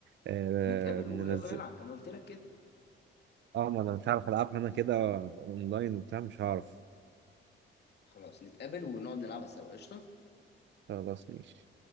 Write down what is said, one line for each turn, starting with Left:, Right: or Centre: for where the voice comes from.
Right: آه
Left: نتقابل
Right: ننزل
Left: ويلا نلعب انا قلت لك كده
Right: اه ما انا مش عارف العبها انا كده اونلاين وبتاع مش هعرف
Left: خلاص نتقابل ونقعد نلعبها سوا قشطه
Right: خلاص ماشي